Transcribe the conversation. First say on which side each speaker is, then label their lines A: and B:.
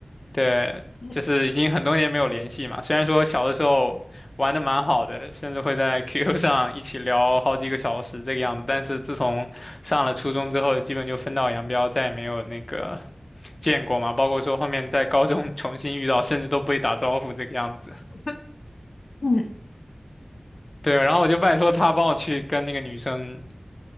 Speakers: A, on the left; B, on the left.
A: 对，
B: 嗯
A: 就是已经很多年没有联系嘛。虽然说小的时候玩的蛮好的，甚至会在 QQ 上一起聊好几个小时这个样子，但是自从上了初中之后，基本就分道扬镳，再也没有那个见过嘛。包括说后面在高中重新遇到，甚至都不会打招呼这个样子。
B: <laughs> 嗯
A: 对，然后我就拜托他帮我去跟那个女生